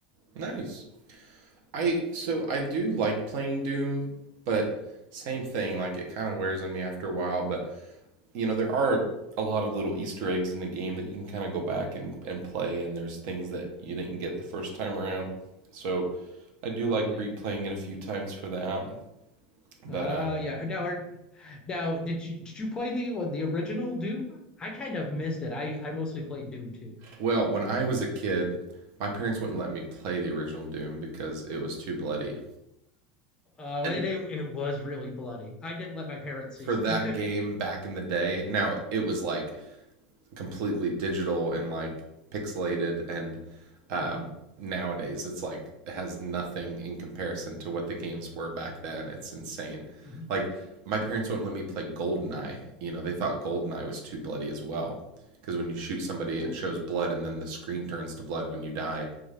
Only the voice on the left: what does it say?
Oh
yeah.
Uh
yeah. Now are now did you did you play the the original Doom? I kind of missed it. I I mostly played Doom 2.
Oh,
it, it it was really bloody. I didn't let my parents
see it.
<laughs> hmm
hmm
Ooh.